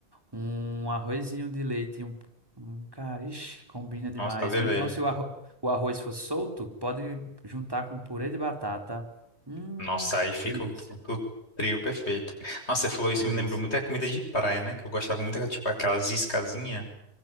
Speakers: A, on the right (about 20°); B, on the left (about 90°).
A: um arrozinho de leite, e um, um cara, ixi, combina demais.
B: nossa, levei.
A: Ou então, se o, arro- o arroz for solto, pode juntar com purê de batata. Hum,
B: Nossa, aí fica
A: delícia,
B: o, o o trio perfeito. Nossa, você falou isso,
A: delícia.
B: me lembrou muito a comida de praia, né? Que eu gostava muito, era tipo aquelas iscazinha,